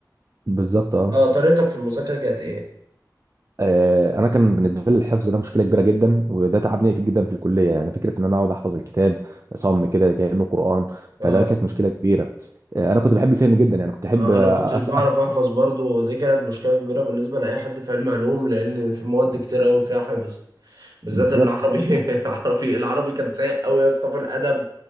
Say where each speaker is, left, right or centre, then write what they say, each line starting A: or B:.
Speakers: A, on the right; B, on the right.
A: بالظبط اه
B: اه طريقتك في المذاكره كانت ايه
A: آه، انا كان بالنسبه لي الحفظ ده مشكله كبيره جدا وده تعبني في جدا في الكليه يعني فكره ان انا اقعد احفظ الكتاب صم كده كانه قران
B: اه
A: فده كانت مشكله كبيره آه، انا كنت بحب الفهم جدا يعني كنت احب
B: آه،
A: أف...
B: انا كنتش بعرف
A: أف...
B: احفظ برضو ودي كانت مشكله كبيره بالنسبه لاي حد في علم علوم لان في مواد كتير قوي فيها حفظ بالذات
A: بالظبط
B: العربي <laughs> العربي العربي كان سيء قوي يا اسطى في الادب